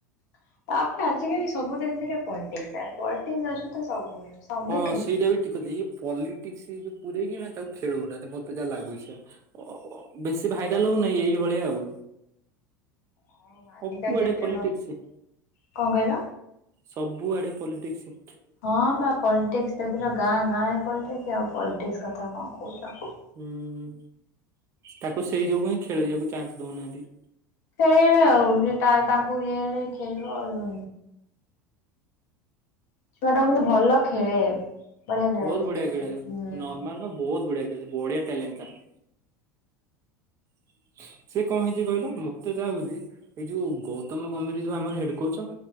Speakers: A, on the left; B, on the right.
A: ତାପରେ ଆଜିକାଲି ସବୁ ଜିନିରେ ପଲିଟିକସ ପଲିଟିକ୍ସ ଅଛି ତ ସବୁ ଅଛି। ସବୁ
B: ହଁ
A: କ୍ଷେ
B: ସେଇଟା ବି ଠିକ କଥା ଇଏ ପଲିଟିକସ ଯୋଉ ପୁରରେଇକ କି ନା ତାକୁ ଖେଳଉନାହାନ୍ତି ମତେ ଯାହା ଲାଗୁଛି। ଅ ଅ ବେଶୀ ଭାଇରାଲ ହଉନାହିଁ ଏଇଭଳିଆ ଆଉ।
A: ଆଉ ଆଜିକା
B: ସବୁଆଡେ
A: ଡେଟରେ
B: ପଲିଟିକ୍ସ
A: କଣ କହିଲ?
B: ସବୁଆଡେ ପଲିଟିକସ।
A: ହଁ ବା ପଲିଟିକସ ଦେଖୁଛ ଗାଁ ଗାଁ ରେ ପଲଟିକ୍ସ ଆଉ ପଲିଟିକସ କଥା କ କଣ କରୁଚ?
B: ହୁଁ। ତାକୁ ସେଇ ଯୋଗୁ ହିଁ ଖେଳେଇବାକୁ ଚାନ୍ସ ଦଉନାହାନ୍ତି।
A: ଖେଳେଇବେ ଆଉ ସେଟା ତାଙ୍କୁ ଇଏ ହେଲେ ଖେଳିବ ଆଉ। ଛୁଆ ଟାକୁ କିନ୍ତୁ ଭଲ ଖେଳେ। ବଢିଆ ଖେଳେ
B: ବହୁତ
A: ମୁଁ ଦେଖିଛି
B: ବଢିଆ ଖେଳେ
A: ହୁଁ।
B: ନର୍ମାଲ ନା ବହୁତ ବଢିଆ ଖେଳେ ବଢିଆ ଟ୍ୟାଲେଣ୍ଟତାର। <inaudible> ସେ କଣ ହେଇଛି କହିଲ ମତେ ଯାହା ହଉଛି ଏଇ ଯୋଉ ଗୌତମ ଗମ୍ଭୀରୀ ଯୋଉ ଆମର ହେଡ କୋଚ।